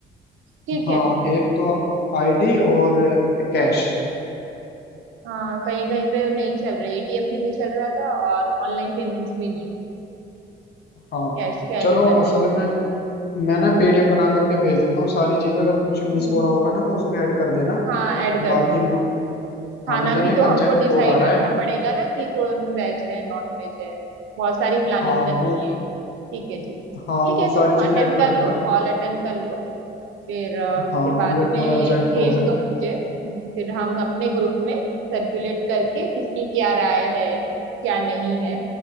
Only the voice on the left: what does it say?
हाँ
एक तो आईडी और कैश
हाँ
चलो
असल
में मैं ना पीडीएफ बना करके भेज देता हूँ सारी चीज अगर कुछ मिस
हो रहा होगा ना तो उसमें ऐड कर देना
बाकी
मु, हाँ
मुझे
ना एक
अर्जेंट
कॉल आ रहा
है
हाँ
वो
हाँ
वो
सारी
चीजें ऐड कर
देना
हाँ मुझे
थोड़ा अर्जेंट
कॉल है